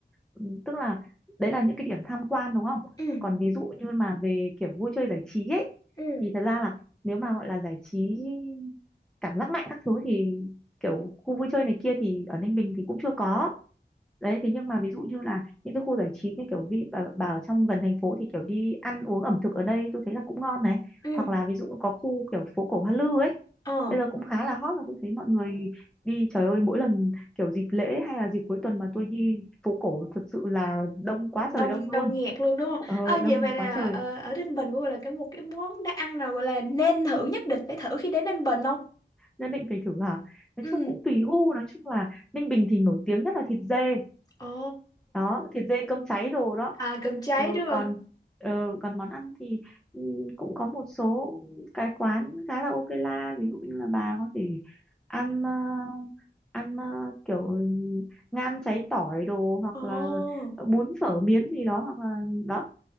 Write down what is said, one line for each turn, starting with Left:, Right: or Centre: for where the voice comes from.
Centre: ừm, tức là đấy là những cái điểm tham quan đúng không
Left: ừ
Centre: còn ví dụ như mà về kiểu vui chơi giải trí ấy
Left: ừ
Centre: thì thật ra là nếu mà gọi là giải trí cảm giác mạnh các thứ thì kiểu khu vui chơi này kia thì ở Ninh Bình thì cũng chưa có đấy thế nhưng mà ví dụ như là những cái khu giải trí như kiểu vi bà, bà ở trong gần thành phố thì kiểu đi ăn uống ẩm thực ở đây tôi thấy là cũng ngon này
Left: ừ
Centre: hoặc là ví dụ có khu kiểu phố cổ Hoa Lư ấy
Left: ờ
Centre: bây giờ cũng khá là hot là tôi thấy mọi người đi trời ơi mỗi lần kiểu dịp lễ hay là dịp cuối tuần mà tôi đi phố cổ thật sự là đông quá
Left: đông
Centre: trời đông luôn
Left: đông nghẹt luôn đúng không
Centre: ờ,
Left: ờ
Centre: đông
Left: vậy vậy là
Centre: quá trời
Left: ờ, ở Ninh Bình cũng gọi là cái một cái món đã ăn nào gọi là nên thử nhất định phải thử khi đến Ninh Bình không
Centre: nhất định phải thử hả nói
Left: ừ
Centre: chung cũng tùy gu nói chung là Ninh Bình thì nổi tiếng nhất là thịt dê
Left: ồ
Centre: đó thịt dê cơm cháy đồ đó
Left: à cơm cháy
Centre: ừ,
Left: đúng không
Centre: còn ừ, còn món ăn thì ừ, cũng có một số cái quán khá là ok la ví dụ như là bà có thể ăn ờ, ăn ờ, kiểu ngan cháy tỏi đồ hoặc
Left: ồ
Centre: là bún phở miến gì đó hoặc là đó